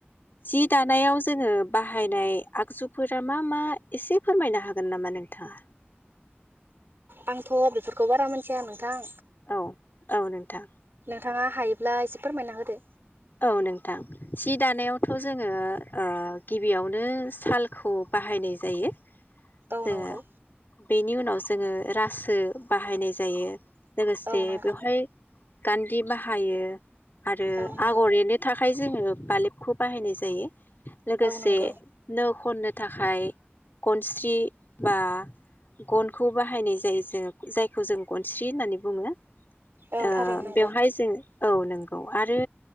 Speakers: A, on the left; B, on the right.
A: जि दानायाव जोङो बाहायनाय आगजुफोरा मा मा एसे फोरमायनो हागोन नामा नों? थाङा
B: आं थ' बेफोरखौ बारा मोनथिया नोंथां।
A: औ औ नोंथां।
B: थाङा हायोब्ला इसे फोरमायना होदो।
A: औ नोंथां जि दानायावथ' जोङो ओ गिबियावनो सालखौ बाहायनाय जायो।
B: औ
A: जोङो
B: नंगौ।
A: बेनि उनाव जोङो रासो बाहायनाय जायो। लोगोसे
B: औ नंगौ
A: बेवहाय गान्दि बाहायो। आरो
B: औ नंगौ
A: आगर एरनो थाखाय जोङो बालेबखौ बाहायनाय जायो लोगोसे
B: औ नंगौ
A: नो खननो थाखाय गनस्रि बा गनखौ बाहायनाय जायो जोङो। जायखौ जों गनस्रि होननानै बुङो।
B: औ
A: ओ
B: थारैनो नंगौ
A: बेवहाय जो औ नोंगौ आरो